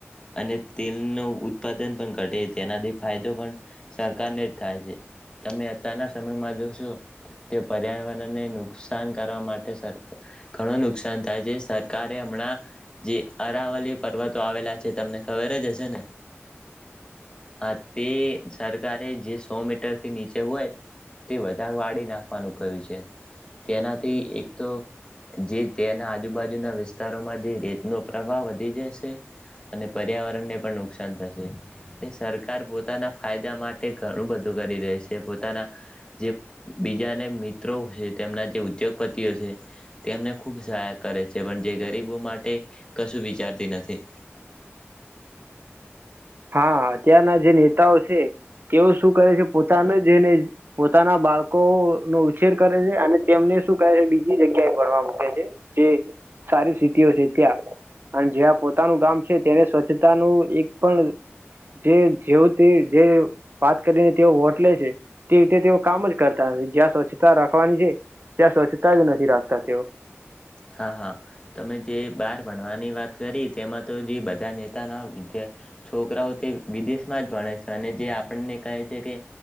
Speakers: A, on the left; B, on the right.
A: અને તેલ ન ઉત્પાદન પણ ઘટે છે તેનાથી ફાયદો પણ સરકારને જ થાય છે તમે અત્યારના સમયમાં જોશો કે પર્યાવરણને નુકસાન કરવા માટે સર ઘણું નુકસાન થાય છે સરકારે હમણાં જે અરાવલી પર્વતો આવેલા છે તમને ખબર જ હશે ને હા તે સારું તારે જે સો મીટર થી નીચે હોય તે વધારે વાળી નાખવાનું કહ્યું છે. તેનાથી એક તો જે તેના આજુબાજુના વિસ્તારોમાં જે રેત નો પ્રભાવ વધી જશે અને પર્યાવરણને પણ નુકસાન થશે ને સરકાર પોતાના ફાયદા માટે તે ઘણું બધું કરી રહી છે. પોતાના જે બીજાને મિત્રો છે તેમના જે ઉદ્યોગપતિઓ છે તેમને ખુબ સહાય કરે છે. પણ જે ગરીબો માટે કશું વિચારતી નથી.
B: હા અત્યારના જે નેતાઓ છે તેઓ શું કહે છે પોતાને જે ને પોતાના બાળકો નો ઉછેર કરે છે. અને તેમને શું કહે છે બીજી જગ્યાએ ભણવા મૂકે છે. જે સારી સિટીઓ છે ત્યાં અને જ્યાં પોતાનું ગામ છે તેને સ્વચ્છતાનું એક પણ જે જેવ જે વાત કરીને તેઓ વોટ લે છે તે રીતે તેઓ કામ જ કરતા નથી. જ્યાં સ્વચ્છતા રાખવાની છે ત્યાં સ્વચ્છતા જ નથી રાખતા તેઓ
A: હા હા તમે જે બાર ભણવાની વાત કરી તેમાં તો જે બધા નેતાના વિદ્યા છોકરાઓ તે વિદેશમાં જ ભણે છે. અને જે આપણને કહે છે કે